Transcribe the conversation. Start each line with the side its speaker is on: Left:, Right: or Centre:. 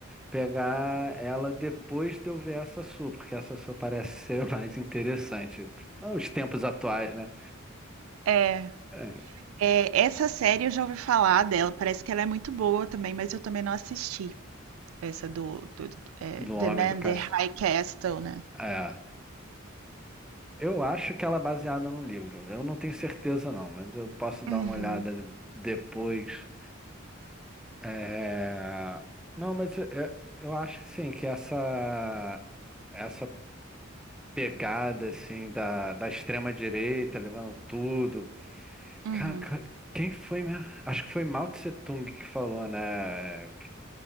Centre: pegar ela depois de eu ver essa sua, porque essa sua parece ser <laughs> mais interessante. Ah, Os tempos atuais, né?
Right: É,
Centre: É,
Right: É, essa série eu já ouvi falar dela, parece que ela é muito boa também, mas eu também não assisti. Essa do, do, do é,
Centre: do homem
Right: The Man,
Centre: do castelo.
Right: The High Castle, né?
Centre: É. Eu acho que ela é baseada num livro. Eu não tenho certeza, não, mas eu posso dar
Right: Uhum,
Centre: uma olhada depois. É, Não, mas eu, eu- eu acho que sim, que essa, essa pegada assim da, da extrema direita levando tudo.
Right: uhum.
Centre: Cara, ca- quem foi mesmo? Acho que foi Mao Tse Tung que falou, né? que-